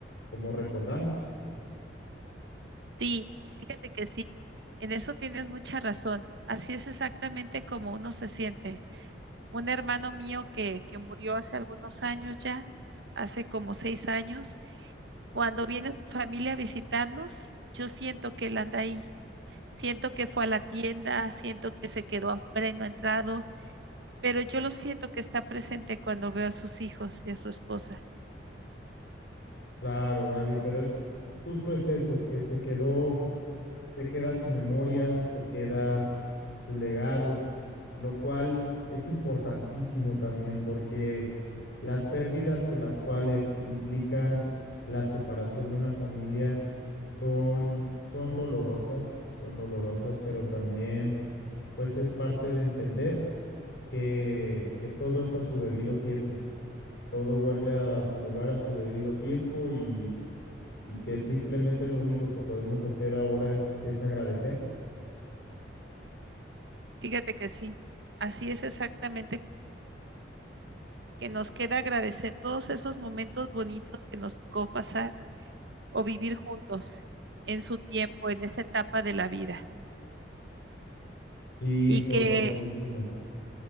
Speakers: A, on the left; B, on the right.
A: como recordamos.
B: Sí, fíjate que sí, en eso tienes mucha razón. Así es exactamente como uno se siente. Un hermano mío que, que murió hace algunos años ya, hace como seis años, cuando viene su familia a visitarnos, yo siento que él anda ahí siento que fue a la tienda, siento que se quedó afuera y no ha entrado, pero yo lo siento que está presente cuando veo a sus hijos y a su esposa.
A: Claro, Gaby, pero es justo es eso, que se quedó. se queda su memoria, se queda su legado, lo cual es importantísimo también porque las pérdidas que las cuales implican la separación de una familia son, son dolorosas, son dolorosas, pero también pues es parte de entender que, que todo es a su debido tiempo, todo vuelve a su lugar a su debido tiempo y, y que simplemente lo único que podemos hacer ahora es, es agradecer
B: Fíjate que sí, así es exactamente que nos queda agradecer todos esos momentos bonitos que nos tocó pasar o vivir juntos en su tiempo, en esa etapa de la vida.
A: Sí,
B: Y
A: importantísimo.
B: que,